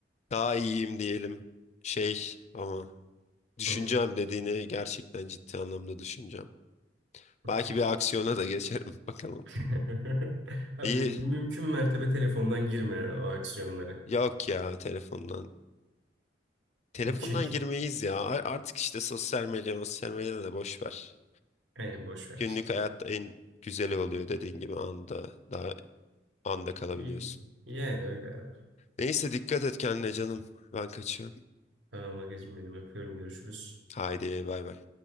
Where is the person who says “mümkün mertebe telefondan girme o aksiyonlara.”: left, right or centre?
Right